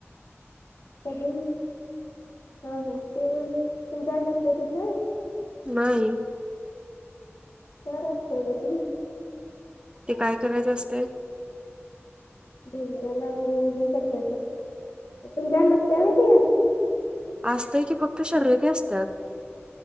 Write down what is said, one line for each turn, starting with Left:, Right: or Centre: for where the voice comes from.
Left: कधी, हा ह ते तुमच्याकडे नसतंय तसं.
Right: नाही.
Left: सर <unintelligible> असतोय ग ती.
Right: ते काय करायचं असते?
Left: ज <unintelligible> मराला हे करतायचं तुमच्याक नसत्या माहिती
Right: असतंय की, फक्त शर्यती असतात.